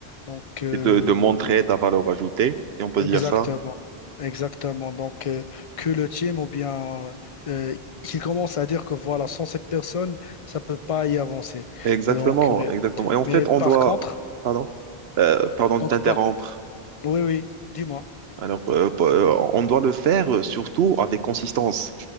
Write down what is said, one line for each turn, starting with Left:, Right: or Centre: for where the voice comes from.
Left: Donc, euh,
Right: Et de, de montrer ta valeur ajoutée, si on peut
Left: exactement,
Right: dire ça.
Left: exactement. Donc, euh, que le team ou bien euh, qu'il commence à dire que voilà, sans cette personne, ça peut pas y avancer.
Right: Exactement,
Left: Donc, euh,
Right: exactement. Et en
Left: mais
Right: fait,
Left: par
Right: on doit,
Left: contre,
Right: pardon, euh, pardon de
Left: donc
Right: t'interrompre.
Left: par, oui, oui, dis-moi.
Right: Alors, euh, p- euh, on doit le faire euh, surtout avec consistance.